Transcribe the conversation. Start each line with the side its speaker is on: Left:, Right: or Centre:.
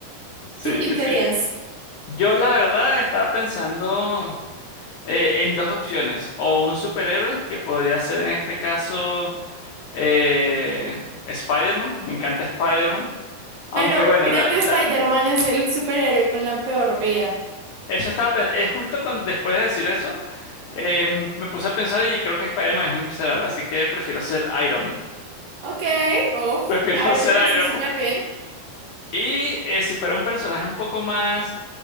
Left: Sí,
Right: ¿Tú quién serías?
Left: sí. Yo la verdad estaba pensando eh, en dos opciones, o un superhéroe, que podría ser en este caso eh, Spider-Man, me encanta Spider-Man, aunque
Right: Pero
Left: bueno,
Right: creo
Left: la,
Right: que
Left: la-
Right: Spider-Man es el superhéroe con la peor vida.
Left: eso estaba pen- eh, justo cuando, después de decir eso, eh, m- me puse a pensar y creo que Spider-Man es muy miserable, así que prefiero ser Iron Man,
Right: Ok, uf.
Left: <laughs> prefiero
Right: Iron
Left: ser
Right: Man está
Left: Iron
Right: súper
Left: Man.
Right: bien.
Left: Y eh, si fuera un personaje un poco más...